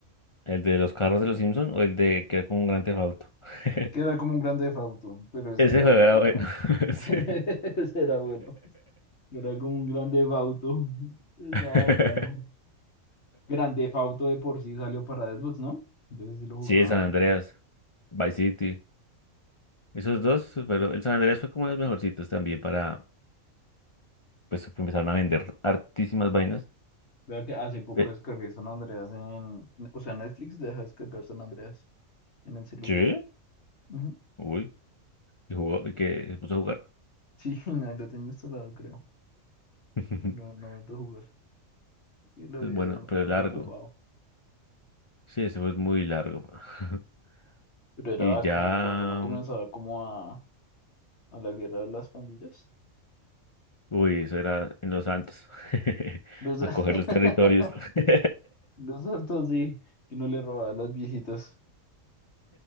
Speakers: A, on the left; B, on the left.
A: ¿el de los carros de los Simpson o el de que era como un gran Theft Auto? <laughs>
B: Que era como un grande Theft Auto, pero ese
A: Ese
B: era,
A: juego
B: de
A: era
B: ¿no?
A: bueno. <laughs> Sí.
B: <laughs> Ese era bueno. Que Era como un grande Theft Auto. Estaba
A: <laughs>
B: bacano. Grande Theft Auto de por sí salió para Xbox, ¿no? Yo sí lo jugaba
A: Sí, San Andreas,
B: harto.
A: Vice City. Esos dos, pero el San Andreas fue como de los mejorcitos también para, pues que empezaron a vender hartísimas vainas.
B: Vea que hace poco
A: Eh,
B: descargué San Andreas en... O sea, Netflix deja descargar San Andreas en el celular.
A: ¿Qué?
B: Ujú.
A: Uy, y jugó, y que se puso a jugar.
B: Sí, <laughs> ahí lo tengo instalado, creo.
A: <laughs>
B: Pero no he vuelto a jugar. Y la vida
A: Es bueno,
B: de uno
A: pero largo.
B: de ocupado.
A: Sí, ese fue muy largo. <laughs>
B: Pero era
A: Y
B: bacano
A: ya,
B: cuando uno comenzaba como a, a la guerra de las pandillas.
A: uy, eso era en Los Santos. <laughs>
B: Los,
A: A
B: <laughs>
A: coger los territorios. <laughs>
B: los altos sí, que no le robaban las viejitas.